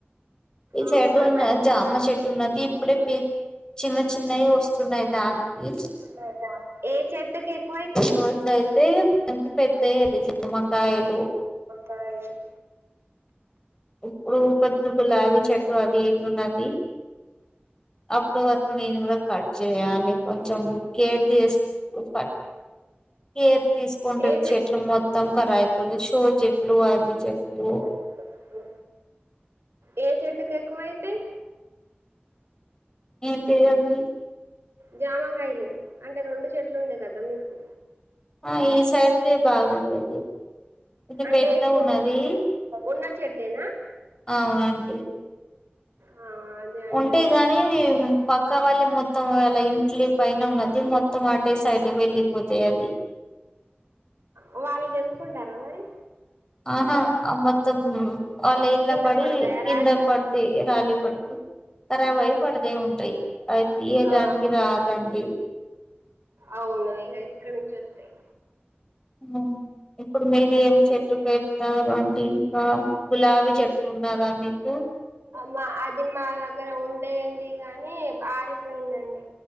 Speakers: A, on the left (about 20°); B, on the right (about 90°).
A: ఈ
B: అవునా
A: సైడ్ ఉన్న
B: మ
A: జామ చెట్టు ఉన్నది ఇప్పుడే పి చిన్న చిన్నవి వస్తున్నాయి దానికి ఇ పిల్
B: తుమేదాం ఏ చెడ్డ కేకవయితయ్
A: రోజులయితే దానికి పెద్దయ్యేది జామకాయలు
B: కాయిలు
A: ఇప్పుడు కొది గులాబీ చెట్టు అది ఇది ఉన్నది అప్పుడు వరకు నేను కూడా కట్ చేయాలి కొంచెం కేర్ చేస్ ఉ పట్ కేర్ తీసుకుంటే
B: ఏ
A: అవి
B: చె
A: చెట్లు మొత్తం ఖరా అయిపోంది షో చెట్లు అది చెట్లు
B: ఎగ్జామ్స్ కూ ఏ చెడ్డు కెకువయితయ్
A: ఏం పేరండి
B: జామకాయలు అంటే రెండు చెట్లు ఉన్నాయి కదా మీకు
A: ఆ ఈ సైడ్దే బాగుంటది ఇది
B: అంటే
A: పెద్ద
B: ఇప్పుడు
A: ఉన్నది
B: ఉన్న చెట్టేనా అ
A: అవునండి
B: ఆ అదే అంటున్నా
A: ఉంటే గాని పక్క కావాలి మొత్తం వాళ్ళ ఇంట్లి పైన ఉన్నది మొత్తం అటే సైడ్ వెళ్ళిపోతాయి అది
B: ఆ వాళ్ళు దెంపుకుంటారా మరి
A: ఆహా ఆ మొత్తం వాళ్ళ ఇల్ల
B: కింద
A: పడి
B: పడతాయా
A: కింద
B: రాలి
A: పడితే రాలీ పడుతు ఖరాభై పడదే ఉంటాయి అవి తీయడానికి
B: ఆ
A: రాదండి
B: అవున ఇక ఇక్కడ నుంచి వ తయ్
A: ఊ ఇప్పుడు మీరు ఏం చెట్టు పెడతారు అండి ఇంకా గులాబీ చెట్టు ఉన్నదా మీకు
B: మా అది మా దగ్గర ఉండేంది గాని ఆరిపోయిందండి